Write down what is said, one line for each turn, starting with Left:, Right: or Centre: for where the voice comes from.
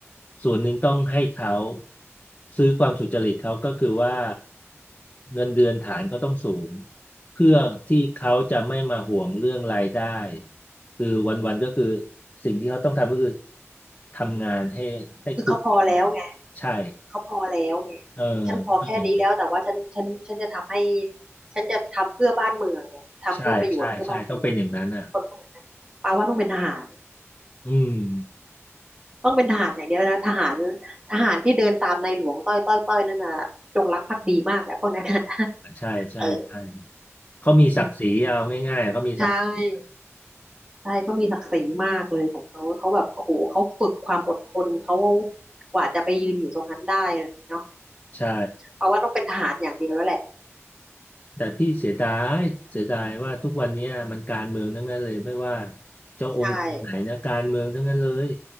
Left: ส่วนหนึ่งต้องให้เขาซื้อความสุจริตเขาก็คือว่าเงินเดือนฐานก็ต้องสูงเพื่อที่เขาจะไม่มาห่วงเรื่องรายได้คือวันๆก็คือสิ่งที่เขาต้องทำก็คือทำงานให้ให้คุ้มกับงาน
Right: คือเขาพอแล้วไง
Left: ใช่
Right: เขาพอแล้วไง
Left: เออมันต้องอย่างนี้น
Right: ฉันพอแค่นี้แล้วแต่ว่าฉันฉันฉันจะทำให้ฉันจะทำเพื่อบ้านเมืองไงทำเพื่อประโยชน์เพื่อบ้านเมือง
Left: ใช่ใช่ใช่ต้องเป็นอย่างนั้นอ่ะ
Right: คนพวกนั้นนะปาว่าต้องเป็นทหาร
Left: อืม
Right: ต้องเป็นทหารอย่างเดียวนะทหารทหารที่เดินตามในหลวงต้อยต้อยต้อยนั่นน่ะจงรักภักดีมากอะพวกนั้นนะ <laughs>
Left: ใช่ใช่ใช่
Right: เออ
Left: เขามีศักดิ์ศรีเอาง่ายๆ
Right: อืม
Left: เขามีศักดิ์ศรี
Right: ใช่ใช่เขามีศักดิ์ศรีมากเลยของเขาเขาแบบโอ้โหเขาฝึกความอดทนเขากว่าจะไปยืนอยู่ตรงนั้นได้เนาะ
Left: ใช่
Right: เพราะว่าต้องเป็นทหารอย่างเดียวแล้วแหละ
Left: แต่พี่เสียดายเสียดายว่าทุกวันเนี้ยมันการเมืองทั้งนั้นเลยไม่ว่าจะองค์ไหนนะการเมืองทั้งนั้นเลย
Right: ใช่